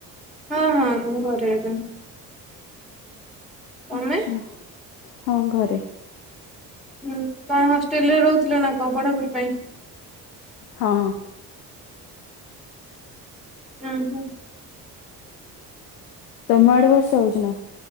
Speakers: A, in the centre; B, on the left.
A: ହଁ-ହଁ ମୁଁ ଘରେ ଏବେ। ତମେ
B: ଆଛା। ହଁ ଘରେ।
A: ହୁଁ କଣ ହଷ୍ଟେଲ ରେ ରହୁଥିଲେ ନା କଣ ପଢାପଢି ପାଇଁ?
B: ହଁ।
A: ହୁଁ, ହୁଁ।
B: ତମ ଆଡେ ବର୍ଷା ହଉଛି ନା?